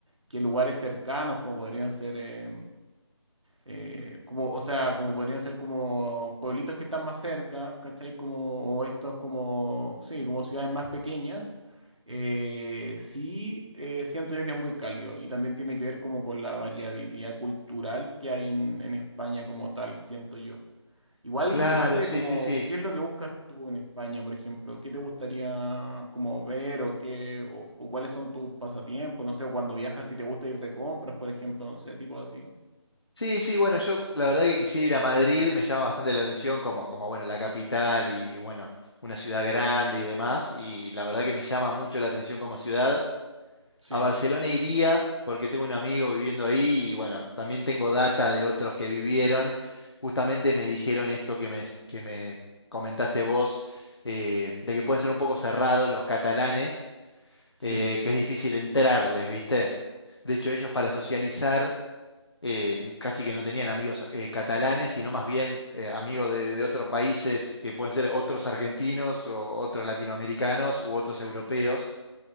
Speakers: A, on the right (about 80°); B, on the left (about 60°).
A: que lugares cercanos, como podrían ser, eh, eh, como, o sea, como podrían ser como pueblitos que están más cerca, ¿cachai? Como, o estos como, sí, como ciudades más pequeñas, eh, sí eh, siento yo que es muy cálido y también tiene que ver como con la variabilidad cultural que hay en, en España como tal, siento yo. Igual
B: Claro,
A: depende
B: sí,
A: como,
B: sí, sí.
A: ¿qué es lo que buscas tú en España, por ejemplo? ¿Qué te gustaría como ver o qué, o, o cuáles son tus pasatiempos? No sé, o cuando viajas si te gusta ir de compras, por ejemplo, no sé, tipo así.
B: Sí, sí, bueno, yo la verdad que quisiera ir a Madrid, me llama bastante la atención como, como bueno, la capital y bueno, una ciudad grande y demás, y la verdad que me llama mucho la atención como ciudad.
A: sí
B: A Barcelona iría porque tengo un amigo viviendo ahí y bueno, también tengo data de otros que vivieron. Justamente me dijeron esto que me, que me comentaste vos, eh, de que pueden ser un poco cerrados los catalanes,
A: Sí.
B: eh, que es difícil entrarles, ¿viste? De hecho, ellos para socializar eh, casi que no tenían amigos eh, catalanes, sino más bien eh, amigos de, de otros países que pueden ser otros argentinos o otros latinoamericanos u otros europeos.